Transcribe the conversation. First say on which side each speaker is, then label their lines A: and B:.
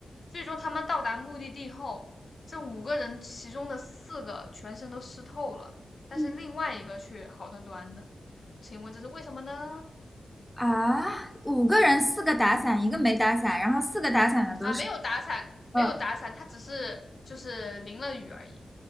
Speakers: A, on the left (about 55°); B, in the centre.
A: 最终他们到达目的地后，这五个人其中的四个全身都湿透了，但是另外一个却好端端的。
B: 嗯
A: 请问这是为什么呢？
B: 啊，五个人，四个打伞，一个没打伞，然后四个打伞的都是，
A: 啊，没有打伞，没有打伞，
B: 嗯
A: 他只是就是淋了雨而已。